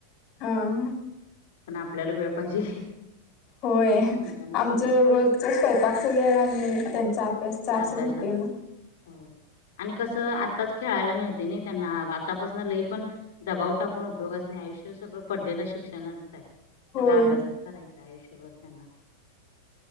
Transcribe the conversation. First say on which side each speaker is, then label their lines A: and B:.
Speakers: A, on the left (about 35°); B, on the left (about 55°).
A: हा हा
B: पण आपल्याला वेळ पाहिजे.
A: होय,
B: तेच म्हणतानाच
A: आमचं
B: मग
A: रोजच स्वयंपाकच वे आम्ही त्यांचा अभ्यासचा असं
B: अभ्यासाात
A: होतय मग
B: आणि कसं, आताच खेळायला मिळते नाही, त्यांना आतापासून लई पण दबाव टाकून उपयोगच नाही, आयुष्य सगळं पडले आहे. शिक्षणात,
A: होय
B: सग अभ्यासच करायचा आयुष्यभर त्यांना,